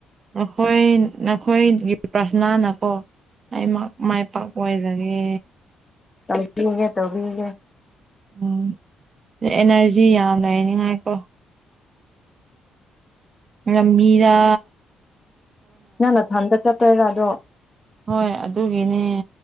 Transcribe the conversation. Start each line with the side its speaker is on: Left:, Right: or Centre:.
Right: ꯅꯈꯣꯏ ꯅꯈꯣꯏꯒꯤ ꯄ꯭ꯔꯥꯊꯅꯥꯅꯀꯣ ꯑꯩ ꯃꯥꯛ ꯃꯥꯏ ꯄꯥꯛꯄ ꯑꯣꯏꯖꯒꯦ
Left: ꯇꯧꯕꯤꯒꯦ ꯇꯧꯕꯤꯒꯦ
Right: ꯎꯝ ꯑꯦꯅꯔꯖꯤ ꯌꯥꯝ ꯂꯩꯅꯤꯉꯥꯏꯀꯣ ꯔꯝꯃꯤꯗ
Left: ꯅꯪ ꯅꯊꯟꯇ ꯆꯠꯇꯣꯏꯔꯥ ꯑꯗꯣ
Right: ꯍꯣꯏ ꯑꯗꯨꯒꯤꯅꯦ